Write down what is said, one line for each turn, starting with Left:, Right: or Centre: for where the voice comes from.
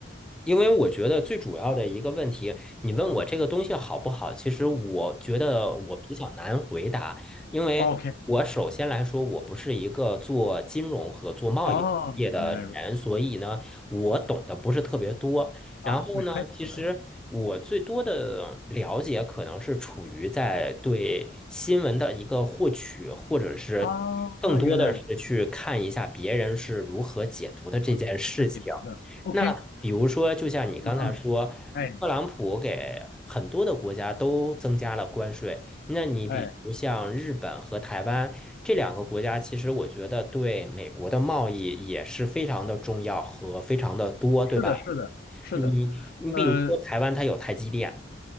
Centre: 因为我觉得最主要的一个问题，你问我这个东西好不好，
Left: 嗯
Centre: 其实我觉得我比较难回答，因为我首先来说，
Left: ，OK，
Centre: 我不是一个做金融和做贸易行业的人，
Left: 哦，原来如此
Centre: 所以呢，我懂得不是特别多。
Left: 嗯
Centre: 然后呢，
Left: 啊，没关系，
Centre: 其实我最多的了解可能是处于在对新闻的一个获取，
Left: 没关系
Centre: 或者是更多的是去看一下别人是如何解读的这件事情。
Left: 啊，原来如此啊，怎么解决的？OK，
Centre: 那比如说，就像你刚才说，
Left: 嗯嗯，哎
Centre: 特朗普给很多的国家都增加了关税。那你比如像日本和台湾这两个国家，
Left: 哎，
Centre: 其实我觉得对美国的贸易也是非常的重要和非常的多，
Left: 是的，
Centre: 对吧？
Left: 是的，是的，
Centre: 你你比如说台湾，
Left: 呃，
Centre: 它有台积电，